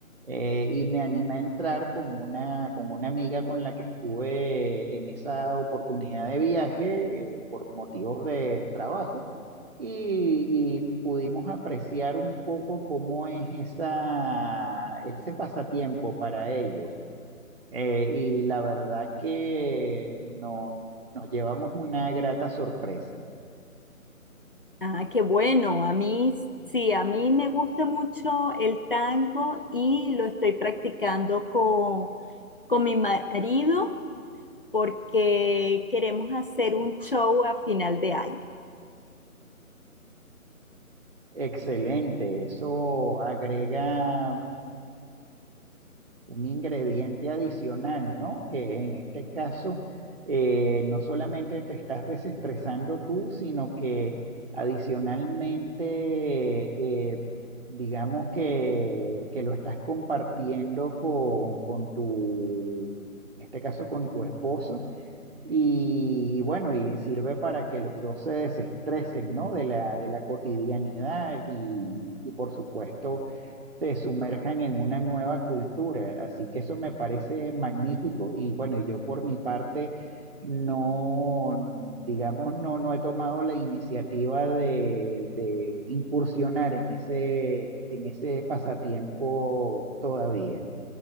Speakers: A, on the right; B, on the left.
A: eh, y me animé a entrar con una, con una amiga con la que estuve en esa oportunidad de viaje, eh, por motivos de trabajo, y, y pudimos apreciar un poco cómo es esa, ese pasatiempo para ellos. Eh, y la verdad que no, nos llevamos una grata sorpresa.
B: Ah, qué bueno, a mí sí, a mí me gusta mucho el tango y lo estoy practicando con, con mi marido porque queremos hacer un show a final de año.
A: Excelente, eso agrega un un ingrediente adicional, ¿no? Que en este caso eh, no solamente te estás desestresando tú, sino que adicionalmente, eh, digamos que, que lo estás compartiendo con, con tu, en este caso con tu esposo Y bueno, y sirve para que los dos se desestresen, ¿no? De la, de la cotidianidad y, y por supuesto se sumerjan en una nueva cultura. Así que eso me parece magnífico y bueno, y yo por mi parte no, digamos, no, no he tomado la iniciativa de, de incursionar en ese, en ese pasatiempo todavía.